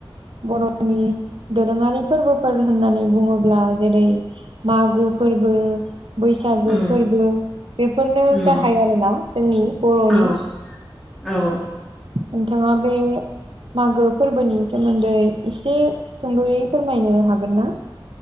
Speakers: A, on the right (about 70°); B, in the centre.
A: बर'नि। दोरोङारि फोरबोफोर होननानै बुङोब्ला जेरै मागो फोरबो। बैसागो
B: उम
A: फोरबो बेफोरनो
B: उम
A: गाहाय आरोना जोंनि बर'नि।
B: औ औ।
A: नोंथांङा बे। मागो फोरबोनि सोमोन्दै एसे सुंद'यै फोरमायनो हागोन ना।